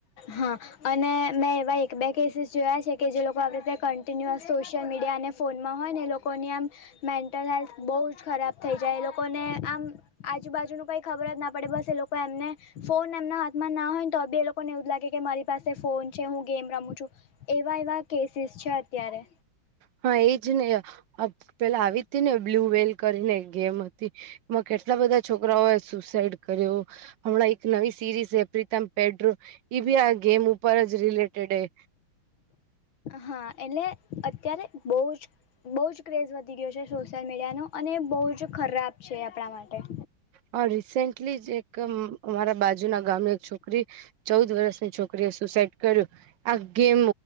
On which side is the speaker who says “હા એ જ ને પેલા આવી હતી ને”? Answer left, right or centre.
Right